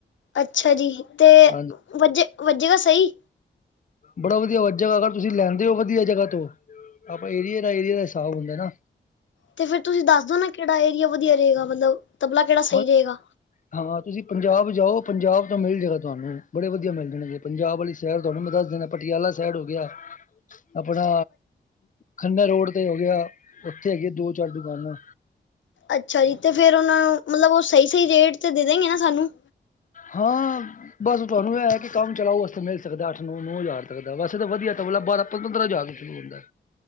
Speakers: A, on the left; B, on the left.
A: ਅੱਛਾ ਜੀ ਤੇ
B: ਹਾਂਜੀ
A: ਵੱਜੇ- ਵੱਜੇਗਾ ਸਹੀ।
B: ਬੜਾ ਵਧੀਆ ਵਜੇ ਗ੍ਹਾ ਅਗਰ ਤੁਸੀਂ ਲੈਂਦੇ ਹੋ ਵਧੀਆ ਜਗ੍ਹਾ ਤੋਂ ਆਪਾਂ ਏਰੀਏ ਦਾ ਏਰੀਏ ਦਾ ਹਿਸਾਬ ਹੁੰਦਾ ਨਾ
A: ਤੇ ਫਿਰ ਤੁਸੀਂ ਦੱਸ ਦੋ ਨਾ ਕਿਹੜਾ ਏਰੀਆ ਵਧੀਆ ਰਹੇਗਾ ਮਤਲਬ ਤਬਲਾ ਕਿਹੜਾ ਸਹੀ
B: ਨਾ
A: ਰਹੇਗਾ।
B: ਹਾਂ ਤੁਸੀਂ ਪੰਜਾਬ ਜਾਓ ਪੰਜਾਬ ਤੋਂ ਮਿਲ ਜਏਗਾ ਤੁਹਾਨੂੰ ਬੜੇ ਵਧੀਆ ਮਿਲ ਜਾਣਗੇ। ਪੰਜਾਬ ਵਾਲੀ ਸ਼ਹਿਰ ਤੁਹਾਨੂੰ ਮੈਂ ਦੱਸ ਦੇਣਾ ਪਟਿਆਲਾ ਸ਼ਹਿਰ ਹੋ ਗਿਆ। ਆਪਣਾ ਖੰਨਾ ਰੋਡ ਤੇ ਹੋ ਗਿਆ ਉੱਥੇ ਹੈਗੇ ਆ ਦੋ-ਚਾਰ ਦੁਕਾਨਾਂ
A: ਅੱਛਾ ਜੀ ਤੇ ਫੇਰ ਉਹ ਨੂੰ ਮਤਲਬ ਉਹ ਸਹੀ-ਸਹੀ ਰੇਟ ਤੇ ਦੇ ਦੇਣਗੇ ਨਾ ਸਾਨੂੰ
B: ਹਾਂ ਬਸ ਤੁਹਾਨੂੰ ਇਹ ਹੈ ਕਿ ਕੰਮ ਚਲਾਓ ਵਾਸਤੇ ਮਿਲ ਸਕਦਾ ਅੱਠ- ਨੌ -ਨੌ ਹਜ਼ਾਰ ਤੱਕ ਦਾ ਵੈਸੇ ਤਾਂ ਵਧੀਆ ਤਬਲਾ ਬਾਰਾਂ, ਪੰਦਰਾਂ ਹਜ਼ਾਰ ਤੋਂ ਸ਼ੁਰੂ ਹੁੰਦਾ।